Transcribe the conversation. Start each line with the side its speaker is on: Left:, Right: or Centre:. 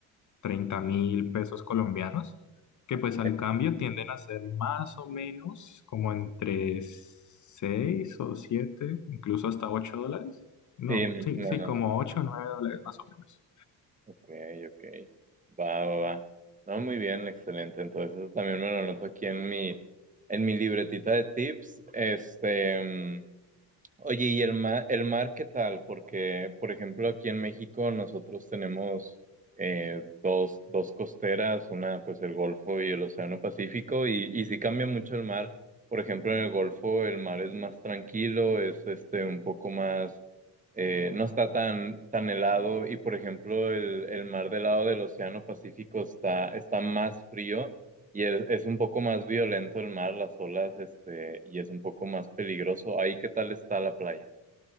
Left: treinta mil pesos colombianos, que
Right: ok.
Left: pues al cambio tienden a ser más o menos como entre 6 o 7, incluso hasta 8 dólares. No,
Right: Sí, más
Left: sí,
Right: o menos.
Left: sí, como 8 o 9 dólares más o menos.
Right: Ok, ok. Va, va, va. No, muy bien, excelente. Entonces, eso también me lo anoto aquí en mi, en mi libretita de tips. Este, mm, Oye, ¿y el mar, el mar qué tal? Porque, por ejemplo, aquí en México nosotros tenemos eh, dos, dos costeras, una pues el Golfo y el Océano Pacífico, y, y sí cambia mucho el mar. Por ejemplo, en el Golfo el mar es más tranquilo, es este un poco más, eh, no está tan, tan helado, y por ejemplo, el, el mar del lado del Océano Pacífico está, está más frío. Y es, es un poco más violento el mar, las olas, este, y es un poco más peligroso. Ahí, ¿qué tal está la playa?